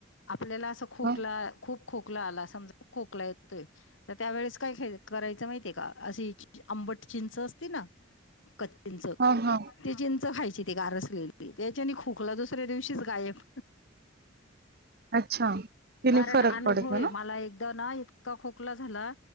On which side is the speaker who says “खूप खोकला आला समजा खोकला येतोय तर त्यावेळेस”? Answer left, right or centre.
Left